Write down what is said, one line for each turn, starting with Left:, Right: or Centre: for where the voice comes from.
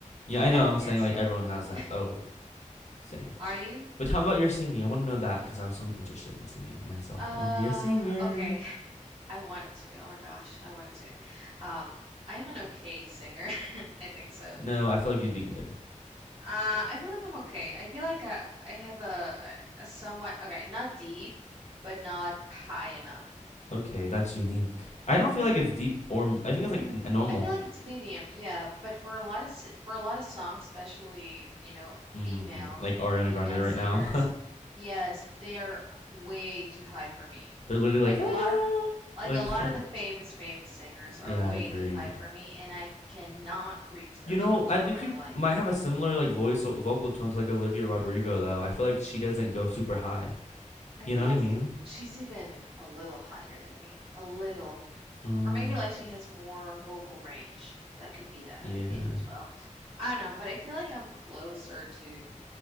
Left: Yeah,
Right: I'm
Left: I
Right: bad
Left: know.
Right: at
Left: I'm
Right: dancing.
Left: saying like everyone has
Right: <laughs>
Left: that. Oh, same.
Right: Are you?
Left: But how about your singing? I want to know that because I also am interested in singing myself.
Right: Uh,
Left: I want to be a singer.
Right: okay. <laughs> I wanted to. Oh my gosh, I wanted to. Um, I am an okay singer. <laughs> I think so.
Left: No, I feel like you'd be good.
Right: Uh, I feel like I'm okay. I feel like uh, I have a a somewhat okay, not deep, but not high enough.
Left: Okay, that's unique. I don't feel like it's deep or I think
Right: Mm,
Left: it's like a, a normal.
Right: I feel like it's medium, yeah. But for a lot of s- for a lot of songs, especially you know
Left: hmm
Right: female
Left: Like Ariana
Right: female
Left: Grande right
Right: singers,
Left: now. <laughs>
Right: yes, they are way too high for me.
Left: They're literally like,
Right: Like
Left: ah,
Right: a lot of Like
Left: like
Right: a lot
Left: <laughs> that.
Right: of the famous, famous singers are
Left: Yeah,
Right: way
Left: I agree.
Right: too high for me, and I cannot reach those
Left: You know,
Right: notes
Left: I
Right: for
Left: think
Right: my
Left: you
Right: life.
Left: might have a similar like voice or vocal tone to like Olivia Rodrigo though. I feel like she doesn't go super high.
Right: I
Left: You
Right: feel
Left: know
Right: like
Left: what I mean?
Right: she's even a little higher than me, a little.
Left: Um,
Right: Or maybe like she has more vocal range. That could be that
Left: yeah.
Right: it as well. I don't know, but I feel like I'm closer to